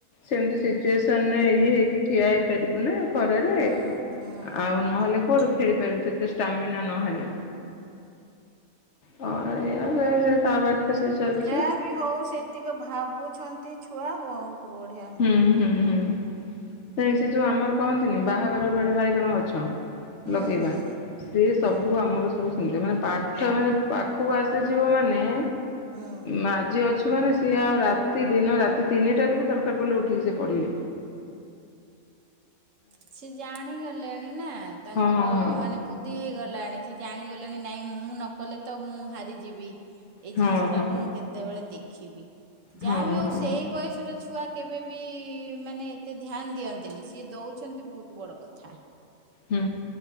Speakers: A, on the left (about 60°); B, on the right (about 65°).
A: ସେମିତି ସି ଚୁଏସନ୍ ଇଏ ହେଇକି ଠିଆ ହେଇପାରିବୁ ନା ଖରାରେ
B: ହୁଁ ହୁଁ।
A: ଆଉ ନହେଲେ କୁଆଡୁ ଖେଳି ପାରିବୁ ସେତେ ଷ୍ଟାମିନା ନହେଲେ। ହଁ ଏଇଆ ସେ ତା ବାଟରେ ସେ ଚାଲିଛି।
B: ଯାହା ବି ହଉ ସେତିକି ଭାବୁଛନ୍ତି ଛୁଆ ବହୁତ ବଢିଆ।
A: ହୁଁ ହୁଁ ହୁଁ ନାଇ ସେ ଯୋଉ ଆମର କହନ୍ତିନି ବାହାଘର ବେଳେ ବାଇଗଣ ଗଛ
B: ହୁଁ
A: ଲଗେଇବା
B: ହୁଁ
A: ସି ସବୁ
B: ହୁଁ।
A: ଆମର ସବୁ ସେମିତିଆ ମାନେ ପା ଛୁଆମାନେ ପାଖକୁ ଆସିଯିବ ମାନେ
B: ହୁଁ।
A: ମାଜି ଅଛୁ ମାନେ ସିଏ ଆଉ ରାତି ଦିନ ରାତି ତିନିଟାରେ ବି ତାର ମାନେ ସିଏ ପଢିବେ।
B: ସିଏ ଜାଣିଗଲେଣି ନା ତାଙ୍କର
A: ହଁ ହଁ
B: ମାନେ ବୁଧ ବୁଦ୍ଧି ହେଇଗଲାଣି ସେ ଜାଣିଗଲେଣି ନାଇଁ ମୁଁ ନ କଲେ ତ ମୁଁ ହାରିଯିବି। ଏଇ
A: ହଁ
B: ଜିନିଷଟାକୁ
A: ହଁ
B: ମୁଁ କେତେବେଳେ ଦେଖିବି ଯାହାବି
A: ହଁ
B: ହଉ
A: ହଁ।
B: ସେଇ ବୟସର ଛୁଆ କେବେବି ମାନେ ଏତେ ଧ୍ୟାନ ଦିଅନ୍ତିନି ସିଏ ଦଉଛନ୍ତି ବହୁତ ବଡ କଥା।
A: ହୁଁ